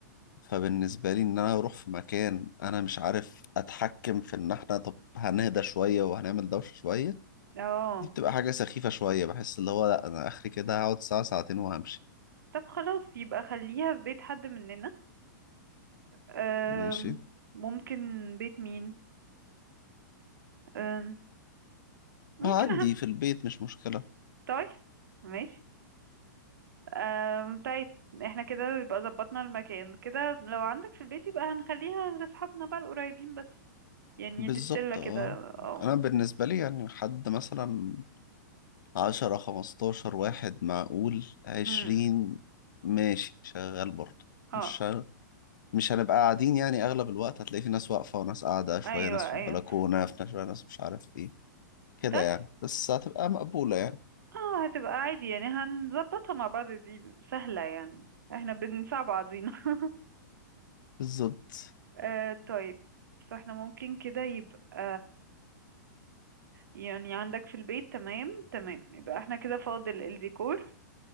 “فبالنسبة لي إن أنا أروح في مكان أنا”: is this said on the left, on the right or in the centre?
Left